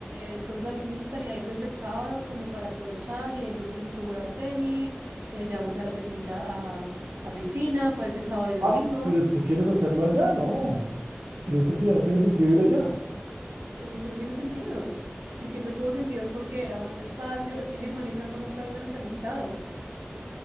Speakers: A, on the right; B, on the right.
A: entonces a mí sí me gustaría ir desde el sábado como para aprovechar y eh, no sé si tú juegas tenis, eh, llevamos a la pequeñita a, a piscina, puede ser sábado y domingo,
B: Ah, pero tú quieres hacerlo allá, no. Yo creo que ya no tiene sentido ir allá.
A: pero ¿por qué no tiene sentido? Si siempre tuvo sentido es porque era más espacio, es que mi hermana y Franco nunca iban a estar invitados,